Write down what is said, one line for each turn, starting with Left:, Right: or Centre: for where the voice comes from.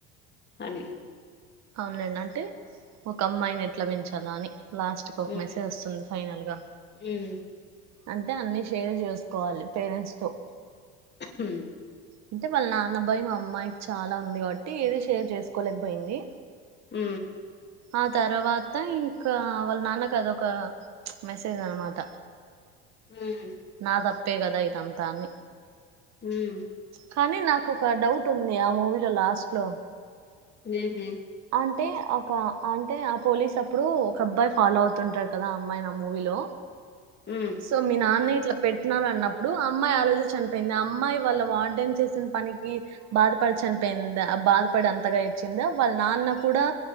Left: అని
Right: అవునండి అంటే ఒక అమ్మాయిని ఎట్లా పెంచాలా అని లాస్ట్ కు ఒక
Left: ఉమ్
Right: మెసేజ్ వస్తుంది ఫైనల్గా
Left: ఉమ్
Right: అంటే అన్నీ షేర్ చేసుకోవాలి పేరెంట్స్
Left: హు
Right: అంటే వాళ్ళ నాన్న భయం అమ్మాయి చాలా ఉంది కాబట్టి ఏది షేర్ చేసుకోలేకపోయింది
Left: ఊ
Right: ఆ తర్వాత ఇంక వాళ్ళ నాన్న అదొక మెసేజ్ అనమాట
Left: ఉమ్
Right: నా తప్ అంటే కదా ఇదంతా అని
Left: ఉమ్,
Right: కానీ నాకు ఒక డౌట్ ఉంది ఆ మూవీలో లాస్ట్లో
Left: ఏమి
Right: అంటే ఒక అంటే ఆ పోలీస్ అప్పుడు ఒక అబ్బాయి ఫాలో అవుతుంటారు కదా ఆ అమ్మాయిని అ మూవిలో
Left: ఉమ్
Right: సో మీ నాన్న ఇట్లా పెట్టినార అన్నప్పుడు అమ్మాయి ఆ రోజు చనిపోయింది అమ్మాయి వాళ్ళ వార్డెన్ చేసిన పనికి బాధపడి చనిపోయిందా ఆ బాధపడి అంతగా ఎడ్చిందా వాళ్ళ నాన్న కూడా